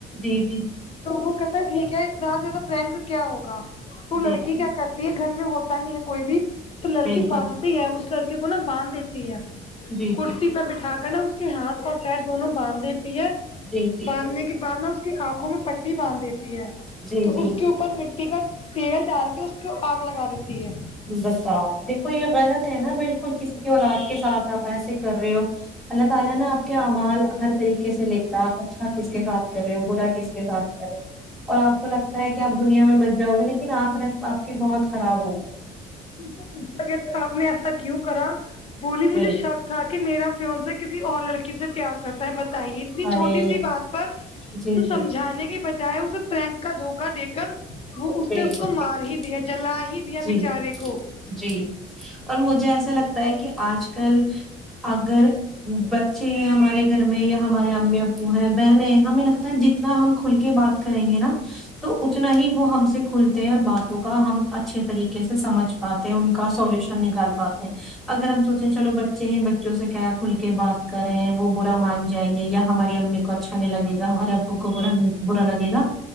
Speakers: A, in the centre; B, on the left.
A: جی جی
B: تو وہ کہتا ہے ٹھیک ہے زیادہ سے زیادہ پررینک کیا ہوگا وہ
A: جی
B: لڑکی
A: جی
B: کیا کر تی ہے گھر میں ہوتا نہیں ہے کوئی بھی تو لڑکی
A: بالکل
B: باندھتی ہے اس لڑکے کو نا باندھ دیتی ہے
A: جی
B: کرسی
A: جی
B: پہ بٹھا کر نا اس کے ہاتھ اور پیر دونوں باندھ دیتے تی
A: جی جی
B: باندھنے کے بعد نا اس کی آنکھوں میں پٹی باندھ دیتی ہے
A: جی
B: تو
A: جی
B: اس کے اوپ پر اپن مٹی کا تیل ڈال کے اس پہ آگ لگا دیتی ہے
A: بتاؤ دیکھو یہ غلط ہے نا بالکل کسی کی اولاد کے ساتھ آپ ایسے کر رہے ہو اللہ تعالی نہ آپ کے اعمال ہر طریقے سے لکھتا ہے آپ اچھا کس کے ساتھ کر رہے ہو برا کس کے ساتھ کر رہے ہو اور آپ کو لگتا ہے کہ آپ دنیا میں بچ جاؤ گے لیکن آخرت آپ کی بہت خراب ہوگی
B: سے پوچھا گیا تو آپ نے ایسا کیوں کرا بولی مجھے
A: بالکل
B: شک کے میرا فیون سے کسی اور لڑکی سے پیار کرتا ہے بتائیے اتنی
A: ارے
B: چھوٹی سی بات پر اسے
A: جی
B: سمجھانے
A: جی
B: کے بجائے اسے پرینک کا دھوکا دیک کر وہ اس
A: بالکل
B: نے اس کو مار
A: بالکل
B: ہی دیا جلا ہی دیا
A: جی
B: بچارے کو
A: جی اور مجھے ایسا لگتا ہے کہ آج کل اگر بچے ہیں ہمارے گھر میں یا ہمارے امی ابو ہیں بہنیں ہیں ہمیں لگتا ہے جت تنا ہم کھل کے بات کریں گے نا تو اتنا ہی وہ ہم سے کھلتے ہیں اور باتوں کا ہم اچھے طریقے سے سمجھ پاتے ہیں ان کا سولوشن نکال پاتے ہیں اگر ہم سوچے چلو بچ بچے ہیں بچوں سے کیا کھل کے بات کرے ہیں وہ برا مان جائیں گے یا ہماری امی کو اچھا نہیں لگےہمارے ابو کو برا نہیں برا لگے گا